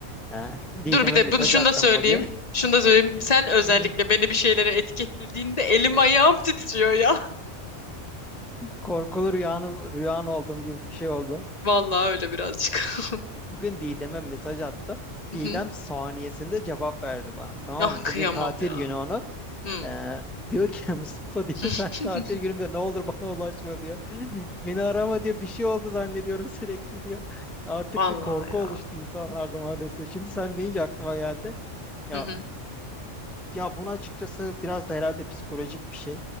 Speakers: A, in the centre; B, on the left (about 35°).
A: Ha, Didem'e
B: Dur bir de
A: mesaj
B: bunu şunu
A: attım
B: da söyleyeyim.
A: bugün.
B: Şunu da söyleyeyim. Sen
A: <laughs>
B: özellikle
A: Beni
B: beni bir şeylere etiketlediğinde elim ayağım titriyor ya.
A: korkulu rüyanı, rüyan olduğum gibi bir şey oldu.
B: <laughs> Vallahi öyle birazcık. <laughs>
A: Bugün Didem'e mesaj attım.
B: Hı
A: Didem
B: hı.
A: saniyesinde cevap verdi bana. Tamam
B: Ah
A: mı?
B: kıyamam
A: Bugün tatil
B: ya.
A: günü onun.
B: Hı.
A: Ee, diyor ki <laughs> Mustafa diyor
B: <laughs>
A: sen tatil günümde ne olur bana ulaşma diyor. Beni arama diyor bir şey oldu zannediyorum sürekli diyor. Artık
B: Vallahi
A: bir korku
B: ya.
A: oluştu insanlarda maalesef. Şimdi sen deyince aklıma geldi. Ya
B: Hı hı.
A: Ya bunu açıkçası biraz da herhalde psikolojik bir şey.